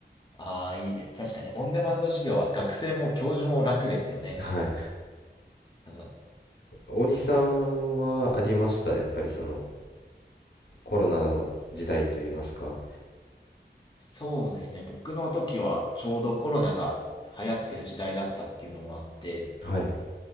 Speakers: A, on the left; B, on the left.
A: ああ、いいです。確かに、オンデマンド授業は学生も教授も楽ですよね。
B: はい、
A: 多分、わ
B: 大西さんはありましたやっぱりその
A: かりますね。
B: コロナの時代といいますか
A: そうですね。僕の時はちょうどコロナが流行ってる時代だったっていうのもあって、
B: はい。